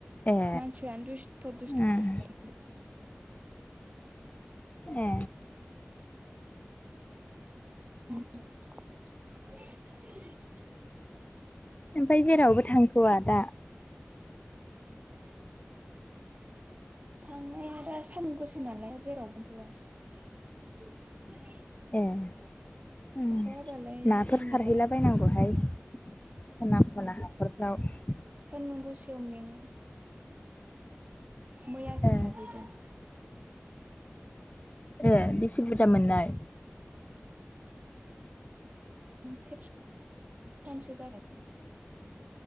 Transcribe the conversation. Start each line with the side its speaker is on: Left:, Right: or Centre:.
Left: ए
Right: मानसिआनो दुसथ' दुसथ'।
Left: उम ए
Right: <unintelligible>
Left: ओमफाय जेरावबो थांथ'वा दा?
Right: थांनाया दा सान गोस नालाय जेरावबो थांथ'आ। <unintelligible>
Left: ए नाफोर उम
Right: अखा हाबालाय
Left: नाफोर
Right: दोमैबा
Left: सारहैला
Right: थां
Left: बायनांगौहाय खना खना हाखरफ्राव।
Right: सानदुं गोसायाव मेङो मैयासो
Left: ए
Right: सारहैदों।
Left: ए बेसे बुरजा मोननाय?
Right: सेरथामसो जागोन।